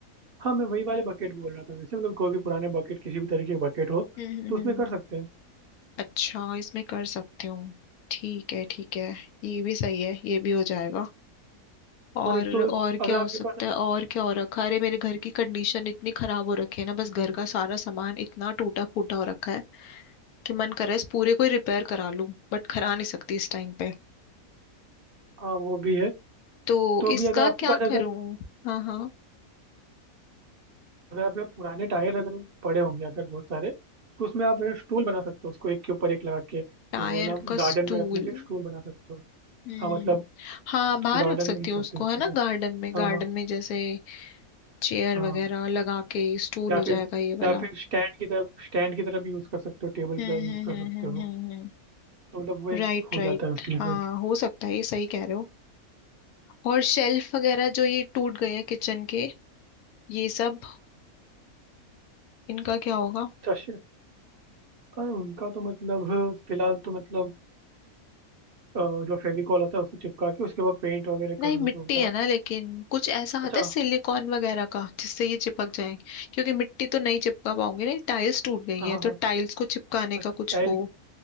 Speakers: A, on the right (about 55°); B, on the left (about 85°).
A: हाँ मैं वही वाले बकेट बोल रहा था जैसे मतलब कोई भी पुराने बकेट किसी भी तरीके के बकेट हो
B: हम्म हम्म
A: तो उसमें
B: हम्म।
A: कर सकते हैं
B: अच्छा इसमें कर सकती हूँ ठीक है ठीक है ये भी सही है ये भी हो जाएगा और
A: और एक तो
B: और
A: अगर
B: क्या हो
A: आपके
B: सकता
A: पास
B: है और क्या हो रखा है अरे मेरे घर की कंडीशन इतनी खराब हो रखी है ना बस घर का सारा सामान इतना टूटा फूटा हो रखा है कि मन कर रहा है इस पूरे को ही रिपेयर करा लूं बट करा नहीं सकती इस टाइम पे
A: हाँ वो भी है
B: तो
A: तो अभी
B: इसका
A: अगर आपके
B: क्या
A: पास
B: करूं
A: अगर
B: हाँ हाँ
A: अगर आप आप पुराने टायर अगर पड़े होंगे अगर बहुत सारे तो उसमें आप एक स्टूल बना सकते हो उसको एक के ऊपर एक लगा के कि
B: टायर
A: वो ना
B: का
A: गार्डन
B: स्टूल
A: में रखने के लिए स्टूल बना सकते हो
B: हम्म
A: हाँ मतलब
B: हाँ बाहर
A: गार्डन
B: रख सकती
A: में रख
B: हूँ
A: सकते
B: उसको
A: हो उसको
B: है ना
A: फिर
B: गार्डन में
A: हाँ
B: गार्डन
A: हाँ
B: में जैसे चेयर
A: हाँ
B: वगैरह लगा के स्टूल
A: या
B: हो
A: फिर
B: जाएगा ये
A: या
B: वाला
A: फिर स्टैंड की तरह स्टैंड की तरह भी यूज कर सकते हो टेबल
B: हम्म
A: की तरह यूज
B: हम्म
A: कर
B: हम्म
A: सकते
B: हम्म
A: हो
B: हम्म हम्म।
A: तो मतलब वो एक
B: राइट
A: हो
B: राइट
A: जाता है उसमें
B: हाँ
A: फिर
B: हो सकता है ये सही कह रहे हो और शेल्फ वगैरह जो ये टूट गए हैं किचन के ये सब इनका क्या होगा
A: अच्छा शे अरे उनका तो मतलब फिलहाल तो मतलब अ, जो फेविकॉल होता है उससे चिपका के उसके बाद पेंट वगैरह
B: नहीं
A: कर
B: मिट्टी
A: लो तो होता
B: है
A: है
B: ना लेकिन कुछ ऐसा
A: अच्छा
B: आता है सिलिकॉन वगैरह का जिससे ये चिपक जाए क्योंकि मिट्टी तो नहीं चिपका पाओगे नहीं टाइल्स टूट गई
A: हाँ
B: है
A: हाँ हाँ
B: तो टाइल्स को चिपकाने
A: अच्छा
B: का कुछ
A: टाइल्स
B: हो